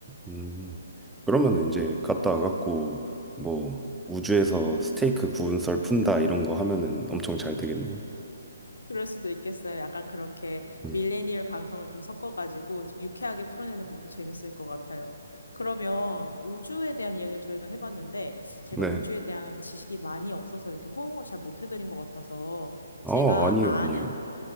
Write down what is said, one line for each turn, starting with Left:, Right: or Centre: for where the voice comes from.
Centre: 음. 그러면 이제 갔다 와갖고 뭐 우주에서 스테이크 구운 썰 푼다 이런 거 하면은 엄청 잘 되겠네요.
Left: 그럴 수도 있겠어요. 약간 그렇게
Centre: 음.
Left: 밀레니얼 감성을 좀 섞어가지고 유쾌하게 풀어내는 것도 재밌을 것 같아요. 그러면 우주에 대한 이야기를 저희가 해봤는데 제가
Centre: 네.
Left: 우주에 대한 지식이 많이 없어서 이렇게 호응을 잘 못 해드린 것 같아서
Centre: 어,
Left: 제가
Centre: 아니요,
Left: 아는,
Centre: 아니요.